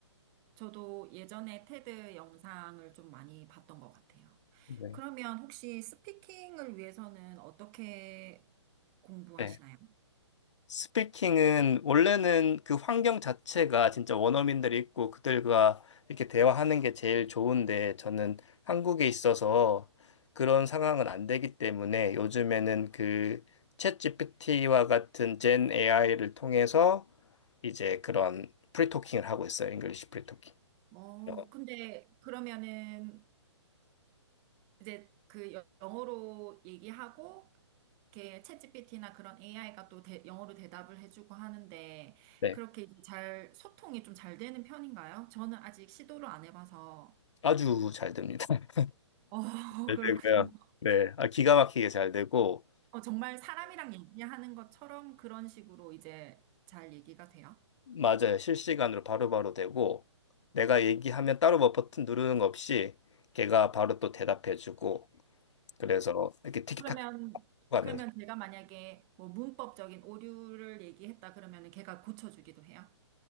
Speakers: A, on the right (about 25°); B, on the left (about 75°).
A: 저도 예전에 테드 영상을 좀 많이 봤던 것 같아요.
B: 네.
A: 그러면 혹시 스피킹을 위해서는 어떻게 공부하시나요?
B: 네. 스피킹은 원래는 그 환경 자체가 진짜 원어민들이 있고 그들과 이렇게 대화하는 게 제일 좋은데 저는 한국에 있어서 그런 상황은 안 되기 때문에 요즘에는 그 챗GPT와 같은 젠 AI를 통해서 이제 그런 프리토킹을 하고 있어요. 잉글리시 프리토킹.
A: 어,
B: 어,
A: 근데 그러면은 이제 그 여- 영어로 얘기하고 이렇게 챗GPT나 그런 AI가 또 대- 영어로 대답을 해주고 하는데
B: 네.
A: 그렇게 이제 잘 소통이 좀 잘 되는 편인가요? 저는 아직 시도를 안 해봐서.
B: 아주 잘 됩니다. <laughs>
A: 어,
B: 잘
A: <laughs> 그렇군요.
B: 되고요. 네. 아, 기가 막히게 잘 되고
A: 어, 정말 사람이랑 얘기하는 것처럼 그런 식으로 이제 잘 얘기가 돼요?
B: 맞아요. 실시간으로 바로바로 되고, 내가 얘기하면 따로 뭐 버튼 누르는 거 없이 걔가 바로 또 대답해주고, 그래서 이렇게 티키타카
A: 그러면,
B: 하면서.
A: 그러면 제가 만약에 뭐 문법적인 오류를 얘기했다 그러면은 걔가 고쳐주기도 해요?